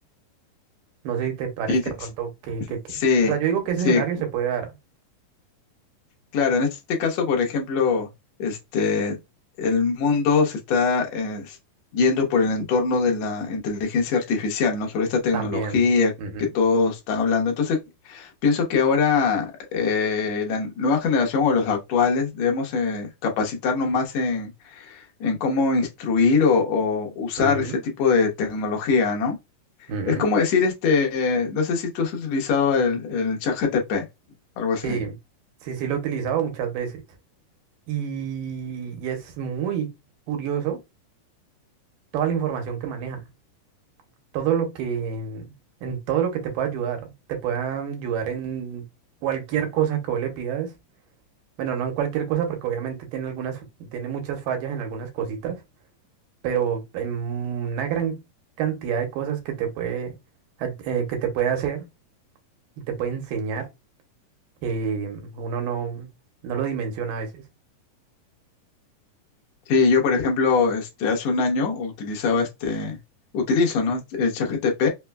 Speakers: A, on the right; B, on the left.
A: No sé si te parezca
B: Sí, sí,
A: de pronto que, que, que-
B: sí,
A: O sea, yo digo que ese
B: sí,
A: escenario se puede dar
B: Claro, en este caso, por ejemplo, este, el mundo se está eh, yendo por el entorno de la inteligencia artificial, ¿no? Sobre esta tecnología
A: también. Ujú,
B: que todos están hablando. Entonces, pienso que ahora eh, la nueva generación o los actuales debemos eh, capacitarnos más en, en cómo instruir o, o usar
A: ujú,
B: este tipo de tecnología, ¿no?
A: ujú.
B: Es como decir, este, eh, no sé si tú has utilizado el, el ChatGPT, algo así.
A: Sí, sí, sí lo he utilizado muchas veces. Y, y es muy curioso toda la información que maneja. Todo lo que... En todo lo que te pueda ayudar. Te pueda ayudar en cualquier cosa que vos le pidas. Bueno, no en cualquier cosa porque obviamente tiene algunas... Tiene muchas fallas en algunas cositas. pero en una gran cantidad de cosas que te puede, a- eh, que te puede hacer y te puede enseñar que uno no, no lo dimensiona a veces.
B: Sí, yo por ejemplo, este, hace un año utilizaba este, utilizo, ¿no? Este, El ChatGPT